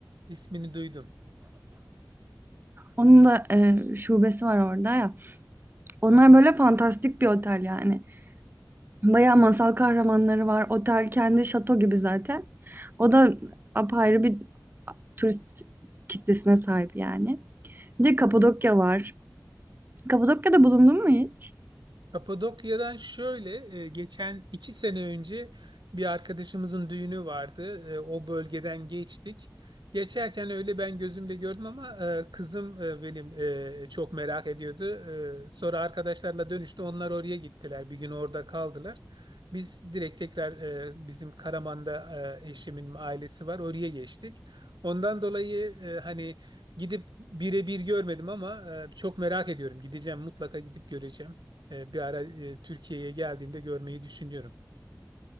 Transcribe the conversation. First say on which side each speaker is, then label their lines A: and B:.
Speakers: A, on the right; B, on the right.
A: İsmini duydum.
B: Onun da e, şubesi var orada ya. Onlar böyle fantastik bir otel yani. Bayağı masal kahramanları var. Otel kendi şato gibi zaten. O da apayrı bir turist kitlesine sahip yani. Bir de Kapadokya var. Kapadokya'da bulundun mu hiç?
A: Kapadokya'dan şöyle e, geçen iki sene önce bir arkadaşımızın düğünü vardı. E, O bölgeden geçtik. Geçerken öyle ben gözümle gördüm ama e, kızım e, benim e, çok merak ediyordu. E, Sonra arkadaşlarla dönüşte onlar oraya gittiler. Bir gün orada kaldılar. Biz direkt tekrar e, bizim Karaman'da e, eşimin ailesi var. Oraya geçtik. Ondan dolayı e, hani gidip birebir görmedim ama e, çok merak ediyorum. Gideceğim mutlaka gidip göreceğim. E, bir ara e, Türkiye'ye geldiğimde görmeyi düşünüyorum.